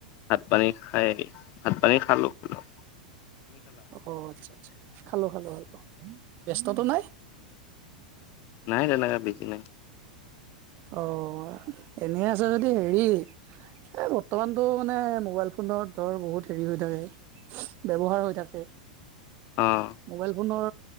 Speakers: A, on the left; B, on the right.
A: ভাত পানী খাই আহি ভাত পানী খালো ল-
B: অ আচ্ছা আচ্ছা খালো খালো আলো। ব্যস্ততটো নাই।
A: নাই তেনেকা বিজি নাই।
B: অ, এনেই আছে যদি হেৰি এ বৰ্তমানটো মানে মোবাইল ফোনত ধৰ বহুত হেৰি হৈ থাকে। ব্যৱহাৰ হৈ থাকে।
A: অ',
B: মোবাইল ফোনৰ